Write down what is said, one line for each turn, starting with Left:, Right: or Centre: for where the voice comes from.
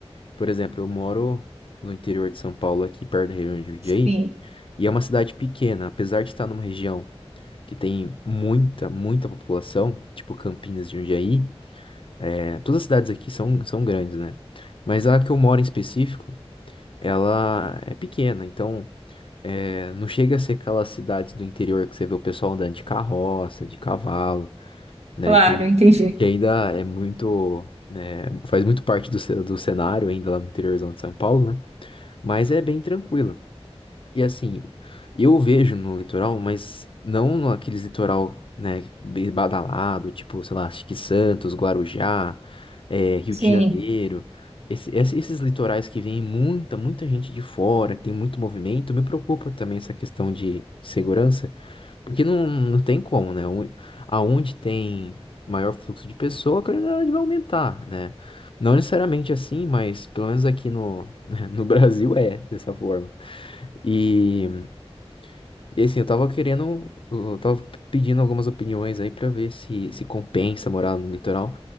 Left: Por exemplo, eu moro no interior de São Paulo, aqui perto da região de Jundiaí,
Right: Sim,
Left: e é uma cidade pequena, apesar de estar numa região que tem muita, muita população, tipo Campinas de Jundiaí, é, todas as cidades aqui são, são grandes, né? Mas a que eu moro em específico, ela é pequena, então é, não chega a ser aquelas cidades do interior que você vê o pessoal andando de carroça, de cavalo, né?
Right: claro,
Left: Que,
Right: entendi.
Left: que ainda é muito, né, faz muito parte do, ce- do cenário ainda lá no interiorzão de São Paulo, né? Mas é bem tranquilo. E assim, eu vejo no litoral, mas não aqueles litoral, né, bem badalado, tipo, sei lá, Chique Santos, Guarujá, eh, Rio
Right: Sim.
Left: de Janeiro. Esse- esse- esses litorais que vem muita, muita gente de fora, que tem muito movimento, me preocupa também essa questão de segurança, porque não, não tem como, né? Onde- Aonde tem maior fluxo de pessoa, a criminalidade vai aumentar, né? Não necessariamente assim, mas pelo menos aqui no, <laughs> no Brasil é dessa forma. E. E assim, eu tava querendo, eu tava pedindo algumas opiniões aí pra ver se se compensa morar no litoral.